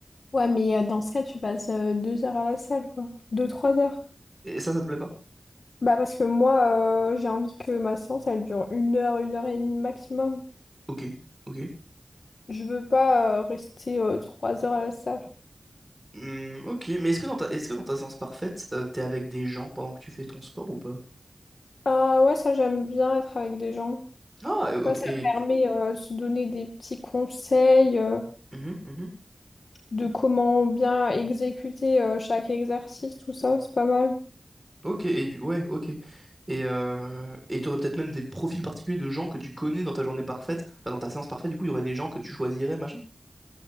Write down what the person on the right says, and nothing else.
Et ça, ça te plaît pas?
Ok, ok.
Hmm, ok, mais est-ce que dans ta, est-ce que dans ta séance parfaite, euh, t'es avec des gens pendant que tu fais ton sport ou pas?
Ah, euh,
ok,
et tu...
Mhm, mhm.
Ok, et du- ouais, ok. Et euh, et t'aurais peut-être même des profils particuliers de gens que tu connais dans ta journée parfaite, enfin dans ta séance parfaite, du coup, il y aurait des gens que tu choisirais, machin?